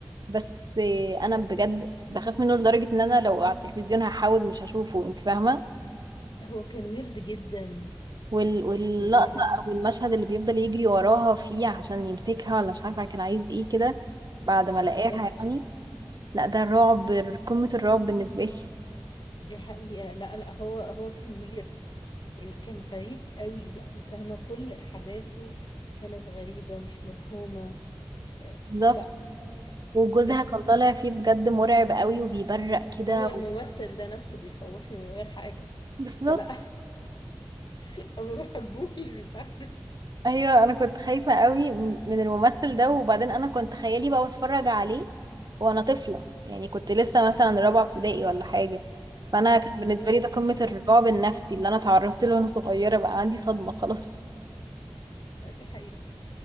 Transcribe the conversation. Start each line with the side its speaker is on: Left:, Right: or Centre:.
Right: بس آه، انا بجد بخاف منه لدرجه ان انا لو على التلفزيون هحاول مش هشوفه انت فاهمه
Left: هو كان ويرد جدا
Right: وال... واللقطة
Left: يعني لا
Right: أو المشهد اللي بيفضل يجري وراها فيه عشان يمسكها ولا مش عارفة كان عايز ايه كده بعد ما
Left: بالظبط
Right: لقاها يعني لا ده الرعب قمة الرعب بالنسبة لي <laughs>
Left: دي حقيقة لا لا هو هو كان ويرد يعني كان غريب قوي يعني فاهمة كل أحداثه كانت غريبة مش مفهومة آه
Right: بالظبط
Left: لا
Right: وجوزها
Left: <laughs>
Right: كان طالع فيه بجد مرعب قوي وبيبرق كده
Left: هو
Right: و...
Left: الممثل ده نفسه بيخوفني من غير حاجة
Right: <laughs> بالظبط
Left: فلا <laughs> ما بحبوش مش عارف
Right: ايوه انا كنت خايفة قوي م- من الممثل ده وبعدين انا كنت خيالي بقى بتفرج عليه وانا طفلة يعني كنت لسه مثلا رابعة ابتدائي ولا حاجة فانا
Left: اوكي
Right: كان بالنسبة لي ده قمة الرعب
Left: لا
Right: النفسي اللي انا اتعرضت له وانا صغيرة بقى عندي صدمة خلاص
Left: دي حقيقة